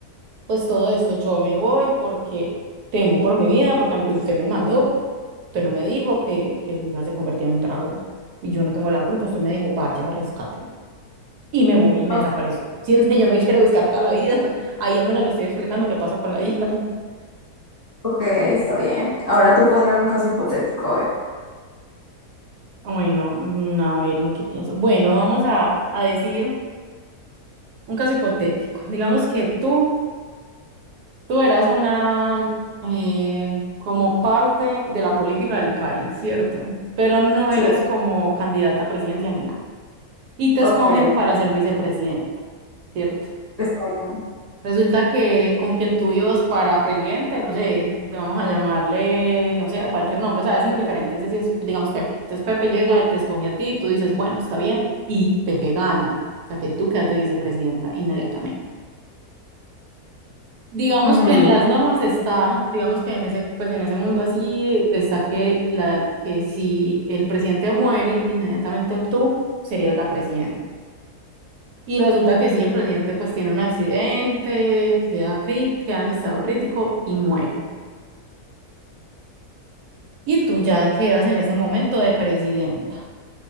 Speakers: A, on the right (about 85°); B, on the left (about 30°).
A: pues todo esto yo me voy porque temo por mi vida, porque aunque usted me mandó, usted no me dijo que, que su hija se convertía en un dragón. Y yo no tengo la culpa, usted me dijo, vaya, rescátela. Y me voy y me
B: Ok,
A: desaparezco. <laughs> Si el señor me quiere buscar toda la vida, ahí al menos le estoy explicando qué pasó con la hija. <laughs>
B: ok, está bien. Ahora tú ponme un caso hipotético, a ver.
A: Bueno, mm, a ver en qué pienso. Bueno, vamos a, a decir un caso hipotético. Digamos que tú Tú eras una eh, como parte de la política del país, ¿cierto? Pero no
B: Sí,
A: eras como candidata a presidencia ni nada. Y te
B: ok,
A: escogen para ser vicepresidenta, ¿cierto?
B: está bien.
A: Resulta que con quien tú ibas para presidente, no sé, te vamos a llamarle, no sé, a cualquier nombre, o sea, es indiferente, ese sí es, digamos, Pepe. Entonces Pepe llega y te escoge a ti, tú dices, bueno, está bien, y Pepe gana. O sea, que tú quedas de vicepresidenta inmediatamente. Digamos
B: Ujú.
A: que en las normas está, digamos que en ese, pues en ese mundo así está que la, que si el presidente muere, inmediatamente tú serías la presidenta. Y resulta que sí, el presidente pues tiene un accidente, queda crit, queda en estado crítico y muere. Y tú ya quedas en ese momento de presidenta.